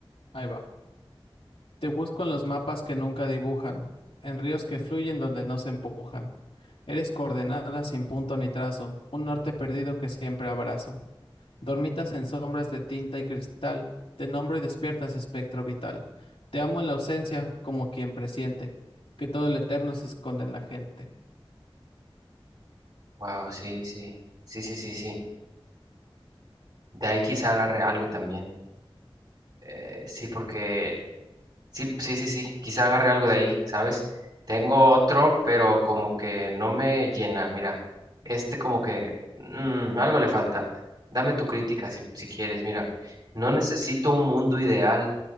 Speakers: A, on the left; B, on the right.
A: ahí va. Te busco en los mapas que nunca dibujan, en ríos que fluyen donde no se empujan. Eres coordenada sin punto ni trazo, un norte perdido que siempre abrazo. Dormitas en sombras de tinta y cristal, te nombro y despiertas espectro vital. Te amo en la ausencia, como quien presiente, que todo lo eterno se esconde en la gente.
B: Wow, sí,
A: Y ya.
B: sí, sí, sí, sí, sí. De ahí quizá agarre algo también. Eh, sí, porque Sí, sí, sí, sí, quizá agarre algo de ahí, ¿sabes? Tengo otro, pero como que no me llena. Mira, este como que mm, algo le falta. Dame tu crítica si, si quieres. Mira, no necesito un mundo ideal,